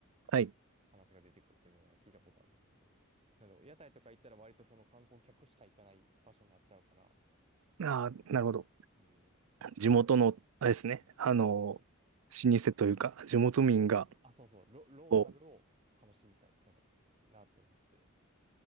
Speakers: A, on the right (about 75°); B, on the right (about 30°).
A: はい
B: 話が出てくるっていうのが聞いたことあるんで、その、なんで屋台とか行ったら割とその観光客しか行かない場所になっちゃうから、
A: ああ、なるほど。
B: うん、
A: 地元の、あれですね。あの、
B: うん。
A: 老舗というか、地元民が、
B: あ、そうそう、ロ、ローカルを楽しみたい、
A: こう、
B: その、なって思って。